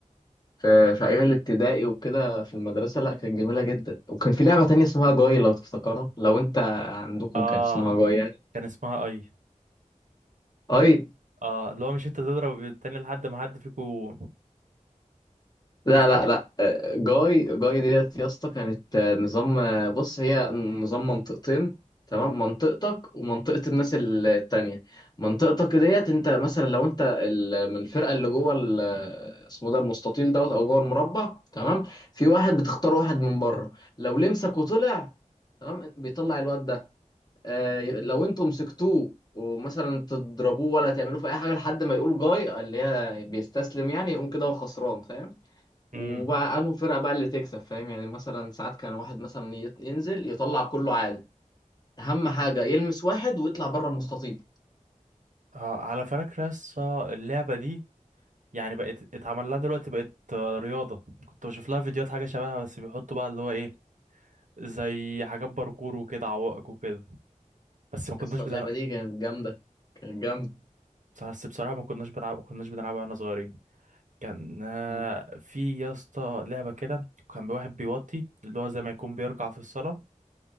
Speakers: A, on the left (about 30°); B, on the right (about 70°).
A: في في ايام الابتدائي وكده في المدرسه لا كانت جميله جدا وكان في لعبه تانية اسمها جاي لو تفتكرها لو انت عندكم
B: اه
A: كان اسمها جاي يعني
B: كان اسمها اي
A: اي
B: اه اللي هو مش انت تضرب التاني لحد ما حد فيكو
A: لا
B: يتوجع
A: لا لا آه، جاي جاي ديت يا اسطى كانت آه، نظام آه، بص هي نظام منطقتين تمام منطقتك ومنطقة الناس ال- التانية منطقتك ديت انت مثلا لو انت ال- من الفرقة اللي جوه ال- اسمه ده المستطيل دوت او جوه المربع تمام في واحد بتختار واحد من بره لو لمسك وطلع تمام بيطلع الواد ده آه، لو انتوا مسكتوه ومثلا تضربوه ولا تعملوه في اي حاجه لحد ما يقول جاي اللي هي بيستسلم يعني يقوم كده هو خسران فاهم وبقى
B: امم
A: انه فرقه بقى اللي تكسب فاهم يعني مثلا ساعات كان واحد مثلا يط- ينزل يطلع كله عالي اهم
B: آه.
A: حاجه يلمس واحد ويطلع بره المستطيل
B: آه، على فكرة يس، آه، اللعبة دي يعني بقت اتعمل لها دلوقتي بقت آه، رياضة كنت بشوف لها فيديوهات حاجة شبهها بس بيحطوا بقى اللي هو ايه زي حاجات باركور وكده عوائق وكده بس ما كناش
A: لسه
B: بتلعب
A: اللعبه دي كانت جامده كانت جامده
B: بس بصراحة ما كناش بنلعب ما كناش بنلعبها واحنا صغيرين كان آه،
A: مم.
B: في يا اسطى لعبة كده كان واحد بيوطي اللي هو زي ما يكون بيرجع في الصلاة